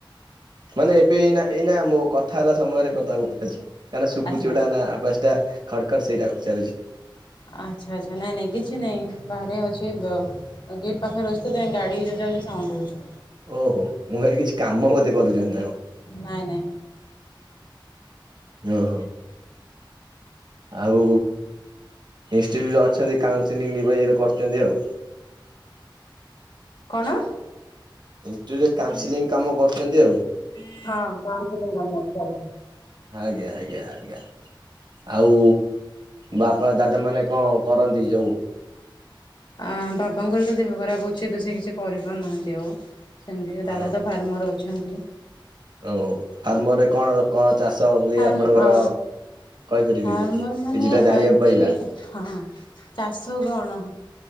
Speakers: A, on the right; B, on the left.
A: ମାନେ ଏବେ ଏଇନା ଏଇନା ମୋ କଥା ହେଲା ସମୟରେ ପଦାକୁପଳିଆସିଛି। କାହିଁନା ଶୁଭୁଛି
B: ଆଚ୍ଛା
A: ଗଟା ନା ଆବାସ ଟା ଖଡ ଖଡ ସେଇଟା ଚାଲୁଛି।
B: ଆଚ୍ଛା ଆଚ୍ଛା ନାଇଁ ନାଇଁ କିଛି ନାଇଁ ବାହାରେ ଅଛି। ଆଉ ଗେଟ୍ ପାଖରେ ଅଛିତ ଗାଡି ଯାଉଛି ସାଉଣ୍ଡ ହଉଛି।
A: ଓହୋ ମୁଁ କହିଲି କିଛି କାମ ବୋଧେ କରୁଛନ୍ତି ନା କଣ।
B: ନାଇଁ ନାଇଁ।
A: ଓ ହୋ। ଆଉ ଇନଷ୍ଟିଚ୍ୟୁଟ ଅଛନ୍ତି କାଉନସିଲି ଇଏରେ କରୁଛନ୍ତି ଆଉ।
B: କଣ?
A: ଏଣ୍ରେ କାଉନସେଲିଂ କାମ କରୁଛନ୍ତି ଆଉ।
B: ହଁ କଙ୍ଗ ଚାଲଛି <unintelligible>
A: ଆଜ୍ଞା ଆଜ୍ଞା ଆଜ୍ଞା ଆଉ ବାପା ଦାଦା ମାନେ କଣ କରନ୍ତି ଯୋଉ
B: ଆ ବାବାଙ୍କର ତ ଦେହ ଖରାପ ଅଛି ତ ସେ କିଛି କରିପାରୁନାହାନ୍ତି ଆଉ ସେମିତି
A: ହଁ
B: ଦାଦ ତ ଧର୍ମର ଅଛନ୍ତି।
A: ଆଉ ଫାର୍ମରେ କଣ କଣ ଚାଷ ହୁଏ
B: ଫାର୍ମ
A: ଆପଣଙ୍କର?
B: ଅ
A: କହିପାରିବେ
B: ଫାର୍ମର
A: କି?
B: ମାନେ
A: କିଛିଟା ଜାଣିବାକୁ
B: ଏମିତି
A: ପାଇବା।
B: ହଁ। ଚାଷ କଣ